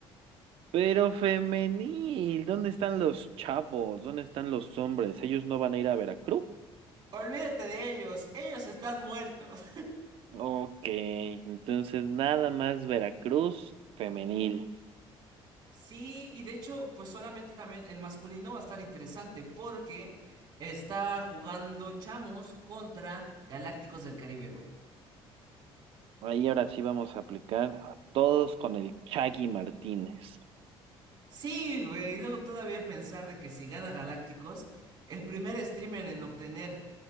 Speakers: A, on the right; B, on the right.
A: Pero femenil. ¿Dónde están los chavos? ¿Dónde están los hombres? ¿Ellos no van a ir a Veracruz?
B: Olvídate de ellos, ellos están muertos.
A: Ok, entonces nada más Veracruz femenil.
B: Sí, y de hecho, pues solamente también el masculino va a estar interesante porque está jugando Chamos contra Galácticos del Caribe, güey.
A: Ahí ahora sí vamos a aplicar a todos con el Chagui Martínez.
B: Sí, güey, y luego todavía pensar de que si gana Galácticos, el primer streamer en obtener